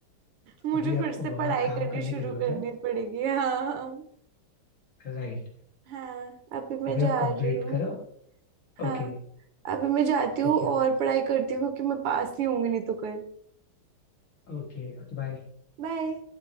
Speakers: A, on the right (about 85°); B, on the left (about 65°).
A: मुझे
B: अभी आपको
A: फिर से
B: बहुत
A: पढ़ाई
B: काम
A: करनी
B: करने
A: शुरू
B: की जरूरत
A: करनी
B: है
A: पड़ेगी हाँ
B: राइट
A: हाँ अभी मैं
B: अभी
A: जा
B: आप कंप्लीट
A: रही हूँ
B: करो
A: हाँ
B: ओके
A: अभी मैं जाती
B: ठीक
A: हूँ और
B: है
A: पढ़ाई करती हूँ क्योंकि मैं पास नहीं होंगी नहीं तो कल
B: Okay okay bye
A: बाय